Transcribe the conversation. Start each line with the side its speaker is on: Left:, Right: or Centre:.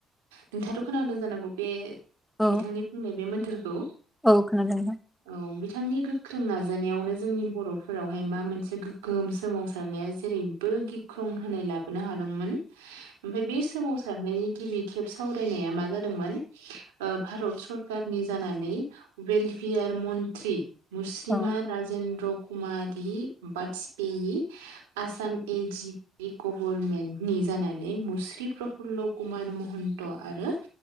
Right: नोंथाङाथ' खोनादों जानांगौ बे
Centre: औ
Right: बिथांनि बुंनाय बे मोन्थोरखौ
Centre: औ खोनादों नोंथां
Right: औ बिथांनि गोख्रों नाजानाय नायावनो जोंनि बर'फोरावहाय मा मोनसे गोगोम सोमावसारनाया जेरै बो गिख्रंहोनाय लाबोनो हादोंमोन ओमफ्राय बे सोमावसारनायनि गिबि खेब सावरायनाया मा जादोंमोन ओ भारत सरखारनि जानानै वेलपियार आरो मन्त्रि मुस्रिमा
Centre: औ
Right: राजेन्द्र कुमारि बाजपेयि आसाम ए जि पि गभर्मेन्टनि जानानै मुस्रि प्रफुल्ल कुमार महन्त आरो